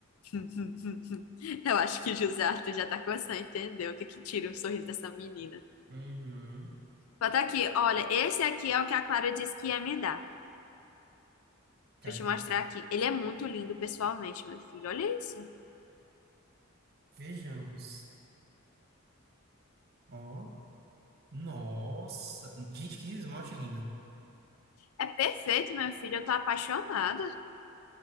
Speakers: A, on the left; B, on the right.
A: <laughs> Eu acho que o José Arthur já tá começando a entender o que que tira o sorriso dessa menina.
B: Uhum.
A: Bota aqui, olha, esse aqui é o que a Clara disse que ia me dar.
B: Cadê?
A: Deixa eu te mostrar aqui. Ele é muito lindo pessoalmente, meu filho. Olha isso.
B: Vejamos. Ó. Nossa! Gente, que esmalte lindo.
A: É perfeito, meu filho. Eu tô apaixonada.